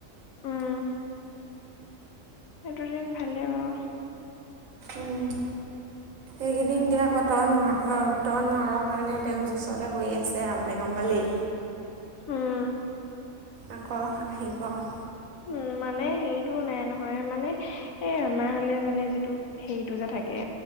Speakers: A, on the left; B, on the right.
A: উম। সেইটো দিন ভালেই বাৰু।
B: উম, এইকেইদিন দে আকৌ তই নোৱা তই নোৱা ঘৰৰ কাৰণে তেওঁ জুচতে কৰি আছে আৰু মানে গম পালি?
A: উম
B: আকৌ আহিব।
A: উম মানে হেৰিটোও নাই নহয় মানে এ আমাৰ হলে যেনে যিটো সেইটো যে থাকে